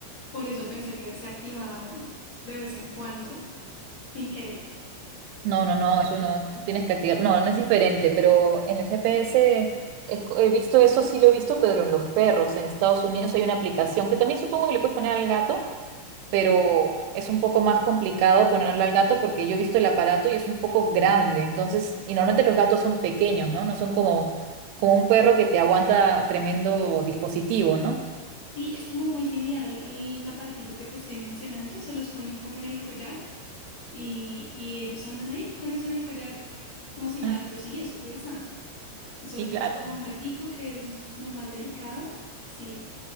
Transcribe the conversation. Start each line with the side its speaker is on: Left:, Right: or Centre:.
Left: por eso pensé que se activaban de vez en cuando, sin querer.
Right: No, no, no, eso no, tú tienes que activar. No, no es diferente, pero en el GPS es co- he visto eso, sí lo he visto, pero en los perros, en Estados Unidos hay una aplicación que también supongo que le puedes poner al gato, pero es un poco más complicado ponerle al gato porque yo he visto el aparato y es un poco grande. Entonces, y normalmente los gatos son pequeños, ¿no? No son como, como un perro que te aguanta tremendo dispositivo, ¿no?
Left: Sí, es como muy similar al, al aparatico que te estoy mencionando, se los ponen como en el collar y, y ellos andan ahí con eso en el collar como si nada,
Right: Ah,
Left: pero sí, eso pesa. Y sobre
Right: sí,
Left: todo
Right: claro.
Left: para un gatico que es como más delicado, sí,